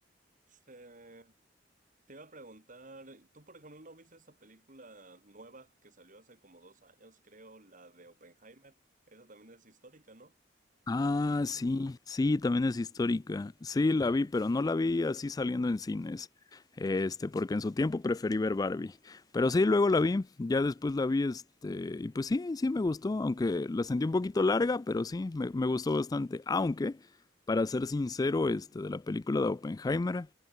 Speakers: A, on the right; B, on the left.
A: este, te iba a preguntar, ¿tú por ejemplo no viste esta película nueva que salió hace como dos años, creo, la de Oppenheimer? Esa también es histórica, ¿no?
B: Ah, sí, sí, también es histórica. Sí, la vi, pero no la vi así saliendo en cines. Este, porque en su tiempo preferí ver Barbie. Pero sí, luego la vi, ya después la vi, este, y pues sí, sí me gustó, aunque la sentí un poquito larga, pero sí, me, me gustó bastante. Aunque, para ser sincero, este, de la película de Oppenheimer,